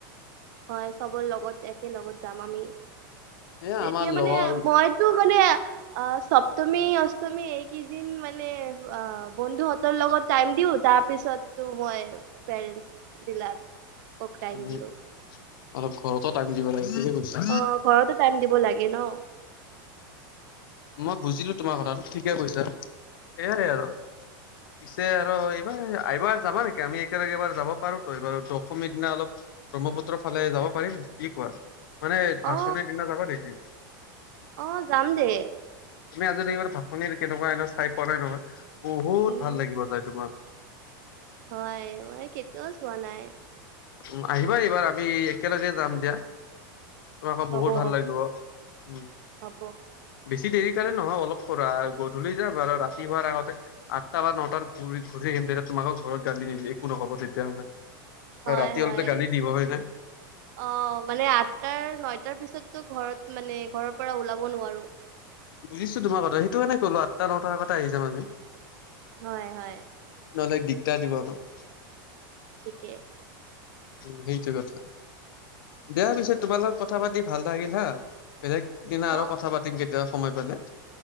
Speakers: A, on the right; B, on the left.
A: হয় চবৰ লগত একে লগত যাম আমি
B: এয়া
A: তেতিয়া
B: আমাৰ
A: মানে
B: লগৰ
A: মইতো মানে
B: <unintelligible>
A: অ চপ্তমী অষ্টমী এইকেইদিন মানে অ বন্ধুহতৰ লগত টাইম দিও। তাৰ পিছতো মই পেৰেণ্ট বিলাকক‌ টাইম
B: উম
A: দিও।
B: অলপ ঘৰতো টাইম দিব লাগে। ঠিকে কৈছা।
A: অ ঘৰতো টাইম দিব লাগে ন।
B: মই বুজিলো তোমাৰ কথাটো ঠিকে কৈছা সেইয়াই আৰু। পিছে আৰু এইবাৰ এইবাৰ যাবা নেকি আমি একেলগে এইবাৰ যাব পাৰোতো এইবাৰ দশমীৰ দিনা অলপ ব্ৰহ্মপুত্ৰৰ ফালে যাব পাৰি কি কোৱা? মানে
A: অ
B: ভাচনিৰ দিনা যাবা নেকি?
A: অ যাম দে
B: তুমি আজি ভাত পানী কেনেকুৱা এনে চাই পোৱা নাই নহয় বহুত
A: উম
B: ভাল লাগিব যায় তোমাৰ।
A: হয় মই কেতিয়াওঁ ছোৱা নাই।
B: উ আহিবা এইবাৰ আমি একেলগে যাম দিয়া। ত আকৌ বহুত
A: হ'ব
B: ভাল
A: হ'ব
B: লাগিব উ
A: হ'ব
B: বেছি দেৰি সেইকাৰণে নহয় অলপ গধূলি যাম আৰু ৰাতি হোৱাৰ আগতে আঠটা বা নটাত ঘূৰি আহিম তেতি মাকক ঘৰত গালি নিদি একো নহ'ব তেতিয়াহ'লে। আৰু
A: হয়
B: ৰাতি হ'লেতো
A: হয়
B: গালি দিব হয় নে
A: অ মানে আঠটাৰ নয়টাৰ পিছত তো ঘৰত মানে ঘৰৰ পৰা ওলাব নোৱাৰো।
B: বুজিছো তোমাৰ কথা সেইটো কাৰনে ক'লো আঠটা- নটাৰ আগতে আহি যাম আমি।
A: হয় হয়।
B: নহলে দিগদাৰ দিব আমাক
A: থিকে।
B: উ সেইটো কথা। দিয়া পিছে তোমাৰ লগত কথা পাতি ভাল লাগিল হা বেলেগ দিনা
A: অ
B: আৰু কথা পাতিম কেতিয়াবা সময় পালে।